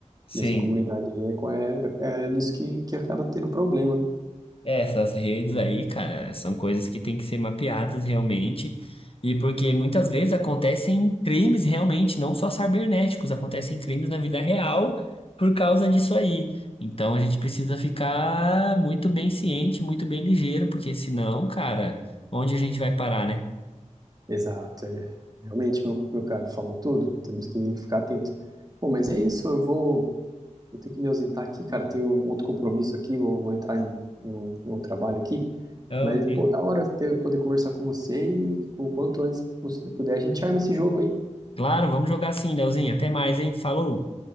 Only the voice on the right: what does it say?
E essa comunidade aí é, co- é, é, é nisso que, que acaba tendo problema, né?
Exato, é. Realmente, meu, meu caro falou tudo. Temos que ficar atento. Pô, mas é isso, eu vou, vou ter que me ausentar aqui, cara. Tenho um outro compromisso aqui, vou, vou entrar em, em um, em um trabalho aqui.
Mas, pô, da hora ter, poder conversar com você e o quanto antes pos- puder, a gente arma esse jogo aí.